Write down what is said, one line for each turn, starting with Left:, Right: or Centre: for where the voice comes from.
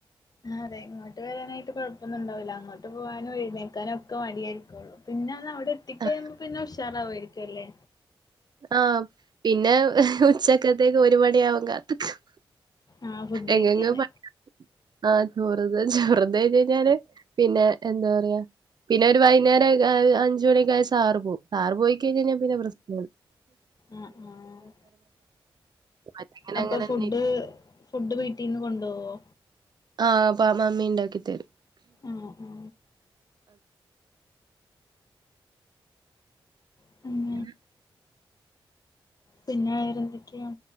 Left: ആഹ് അതെ ഇങ്ങോട്ട് വരാനായിട്ട് കുഴപ്പമൊന്നും ഉണ്ടാവില്ല അങ്ങോട്ട് പോവാനും എഴുന്നേക്കാനും ഒക്കെ മടിയായിരിക്കോളൂ പിന്നെ ഒന്ന് അവി ടെത്തി
Right: ആ
Left: കഴിയുമ്പോ പിന്നെ ഉഷാറാവായിരിക്കും അല്ലേ.
Right: ആഹ് പിന്നെ ഉച്ചക്കത്തേക്ക് ഒരു മണിയാവാൻ കാത്തു നിക്കും.
Left: ആ ഫുഡ് കഴിക്കാന്
Right: എങ്ങെങ്ങ് പ ആഹ് ചോറുത് ചോറുത് കഴിഞ്ഞ് കഴിഞ്ഞാല് പിന്നെ എന്താ പറയാ പിന്നെ ഒരു വൈകുന്നേരക്കെ അഞ്ചു മണിയൊക്ക ആയ സാറ് പോകും. സാറ് പോയി കഴിഞ്ഞ് കഴിഞ്ഞാ പിന്നെ പ്രശ്‌നാണ്.
Left: ആഹ് ആഹ്
Right: അങ്ങനെ
Left: അപ്പൊ
Right: അങ്ങനെ
Left: ഫുഡ്
Right: തന്നെ ഇരിക്കും.
Left: ഫുഡ് വീട്ടീന്ന് കൊണ്ടു പോകോ?
Right: ആഹ് അപ്പ മമ്മി ഇണ്ടാക്കി തരും.
Left: ആ ആ ഉം
Right: അങ്ങനെ ആഹ്
Left: പിന്നെ വേറെ എന്തൊക്കെയാ?